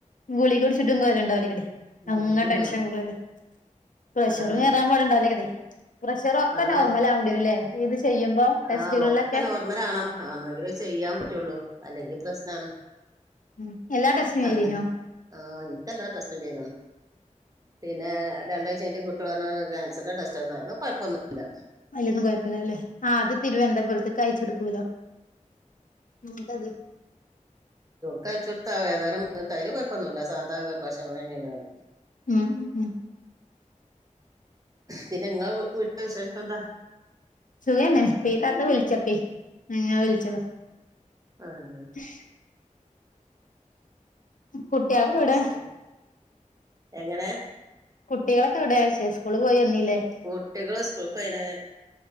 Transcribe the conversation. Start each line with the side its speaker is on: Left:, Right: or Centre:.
Left: ഗുളിക കുടിച്ചുട്ടും കാര്യണ്ടാലേ കാരെ
Right: ഉം
Left: അങ്ങ ടെൻഷൻ കേറല്ലേ പ്രഷറ്
Right: അതാണ്
Left: കേറാൻ പാട് ണ്ടാലേയ്കാരേ പ്രഷർ ഒക്കെ
Right: അതാണ്
Left: നോർമല് ആ വണ്ടിരുല്ലേ ഇത് ചെയ്യുമ്പോ ടെസ്റ്റുകളിലൊക്കെ
Right: ആഹ് ഒക്കെ നോർമലാണം അ ന്നെങ്കിലേ ചെയ്യാൻ പറ്റുള്ളൂ അല്ലെങ്കി പ്രശ്നാണ്
Left: ഉം എല്ലാ ടെസ്റ്റും ചെയ്തിനോ
Right: അങ്ങ് ആഹ് ഇൻക്ക് എല്ലാ ടെസ്റ്റും ചെയ്ത്ണ് പിന്നെ രണ്ടായ് <unintelligible> കുട്ടിളർ ഞ്ഞ കാൻസറിന്റെ ടെസ്റ്റ്ന്നർഞ്ഞു അയ്ലുന്നു കുഴപ്പൊന്നുല്ല
Left: അയ്ല്ലൊന്നും കോഴപ്പല്ല അല്ലേ. ആഹ് അത് തിരുവനന്തപുരത്ത്ക്ക് അയച്ചെടുക്കല്ലോ ഇന്ന്ട്ട് അത്.
Right: ക്കച്ചുടുത്ത ഏതാനും തൈയ്ല് കുഴപ്പൊന്നുല്ല സാധാ ഗർഭാശയമുഴ തന്നെയാണ്.
Left: <inaudible>
Right: പിന്നെ നിങ്ങളെ വീട്ടിലെ വിശേഷക്കൻന്താ.
Left: സുഖന്നെ പീതാത്ത വിളച്ചപ്പെ അങ്ങന വിളച്ചതാ.
Right: ആഹ്.
Left: ശ്. കുട്ടിയൾഒക്കെ
Right: അത്
Left: എവ്ടെ.
Right: ശരി എങ്ങനെ.
Left: കുട്ടികളൊക്കെ എവിടെയെ <unintelligible> സ്കൂള് പോയി വന്നീല്ലേ?
Right: കുട്ടികൾ സ്കൂൾക്ക് പോയ്ന്ന്